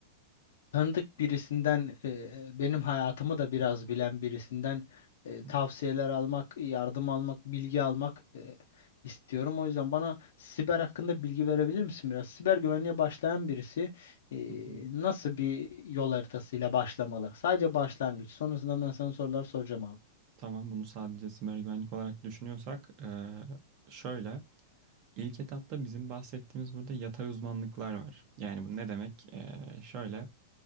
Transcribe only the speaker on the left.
tanıdık birisinden e, benim hayatımı da biraz bilen birisinden
e, tavsiyeler almak, yardım almak, bilgi almak e, istiyorum. O yüzden bana siber hakkında bilgi verebilir misin biraz? Siber güvenliğe başlayan birisi e,
nasıl bir yol haritasıyla başlamalı? Sadece başlangıç. Sonrasında ben sana sorular soracağım abi.